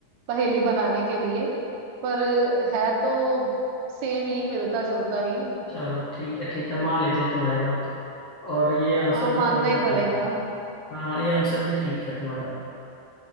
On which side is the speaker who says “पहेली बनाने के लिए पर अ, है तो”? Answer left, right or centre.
Right